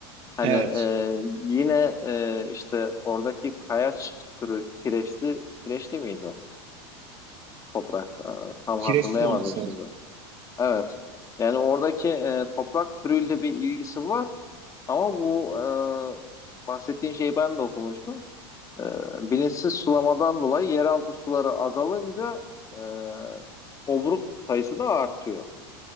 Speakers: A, on the left; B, on the right.
A: Hani
B: Evet.
A: e, yine e, işte oradaki kayaç türü kireçli, kireçli miydi o toprak? E, tam
B: Kireçli
A: hatırlayamadım
B: olması
A: şimdi.
B: lazım.
A: Evet. Yani oradaki e, toprak türüyle bir ilgisi var ama bu e, bahsettiğin şeyi ben de okumuştum. E, bilinçsiz sulamadan dolayı yeraltı suları azalınca e, obruk sayısı da artıyor.